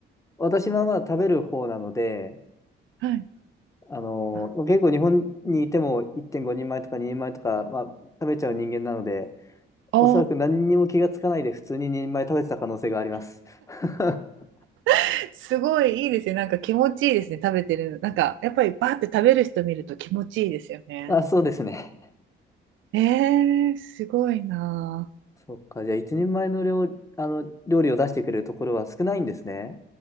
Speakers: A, on the left; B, on the right.
A: う、私はまあ食べる方なので、
B: はい。
A: あの結構日本にいても1.5人前とか2人前とか、
B: あ
A: まあ、食べちゃう人間なので、
B: あ、
A: おそらく何にも気がつかないで普通に2人前食べてた可能性があります。<laughs>
B: ー、すごいいいですね。なんか気持ちいいですね。食べてるの。なんか、やっぱりバーって食べる人見ると気持ちいいですよね。
A: あ、そうですね。
B: えー、すごいな
A: そっか、じゃあ1人前の料、あの料理を出してくれるところは少ないんですね。